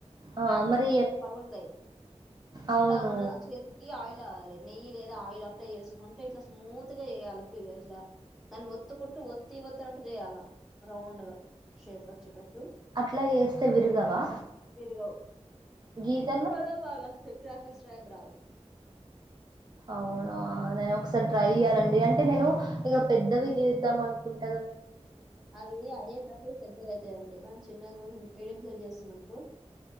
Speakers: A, on the right; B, in the centre.
A: ఆ
B: క్రాక్స్
A: మరి
B: వస్తే మాత్రం పగులుతాయి.
A: అవును
B: ఇట్లా మన చేతికి ఆయిల్ ఇట్లా అ నెయ్యి లేదా ఆయిల్ అప్లై చేసుకుంటూ ఇట్లా స్మూత్ గా చేయాలి. ఇట్లా దాన్ని ఒత్తుకుంటూ ఒత్తి ఒతునట్టు చేయాల రౌండ్ గా షేప్ వచ్చేటట్టు
A: అట్లా చేస్తే విరగవా
B: విరిగవ్
A: గీతలు
B: చాలా బాగా సక్రాకర్స్ సై బ్రౌ
A: అవునా నేను ఒకసారి ట్రై చేయ్యాలండి. అంటే నేను ఇక పెద్దవి చేద్దాం. అనుకుంటు
B: అవి అయ్యే టప్పులు పెద్దగా అవుతాయండి. మనం చిన్నగా కోసం మీడియం సైజ్ చేస్తాం అనుకో